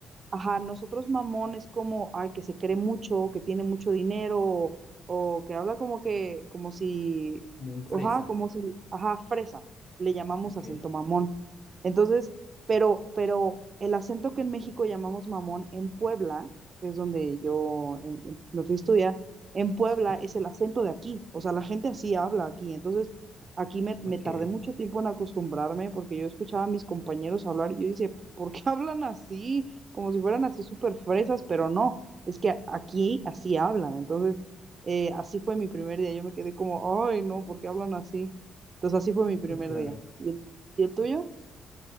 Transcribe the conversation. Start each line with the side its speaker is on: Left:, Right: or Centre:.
Right: Ajá, nosotros mamón es como, ay, que se cree mucho, que tiene mucho dinero, o, o que habla como que, como si,
Left: Como un fresa.
Right: ajá, como si, ajá, fresa, le llamamos
Left: Ok.
Right: acento mamón. Entonces, pero, pero el acento que en México llamamos mamón, en Puebla, que es donde yo em, em, me fui a estudiar, en Puebla
Left: Sí.
Right: es el acento de aquí, o sea, la gente así habla aquí. Entonces, aquí me, me
Left: Ok.
Right: tardé mucho tiempo en acostumbrarme porque yo escuchaba a mis compañeros hablar y yo decía, ¿por qué <laughs> hablan así? como si fueran así súper fresas, pero no, es que a- aquí así hablan, entonces eh, así fue mi primer día, yo me quedé como, ay, no, ¿por qué hablan así? Entonces así fue mi primer
Left: Sí, claro.
Right: día. ¿Y el, y el tuyo?